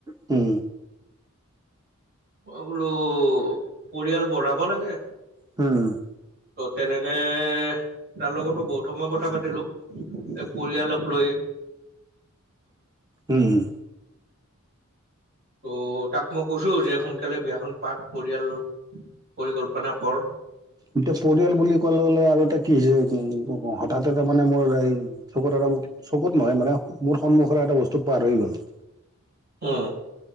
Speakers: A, on the right; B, on the right.
A: হম
B: বোলো পৰিয়াল বঢ়াব লাগে
A: হম
B: ত' তেনেকে তাৰ লগতো বহুত সময় কথা পাতিলো পৰিয়ালক লৈ
A: উম
B: ত' তাক মই কৈছো যে সোনকালে বিয়াখন পাত পৰিয়াল পৰিকল্পনা কৰ
A: এতিয়া পৰিয়াল বুলি ক'লে গলে আৰু এটা কি হৈছে উম হঠাৎ এটা মানে মোৰ এই চকুৰ চকুত নহয় মানে মোৰ সন্মুখৰে এটা বস্তু পাৰ হৈ গ'ল
B: উম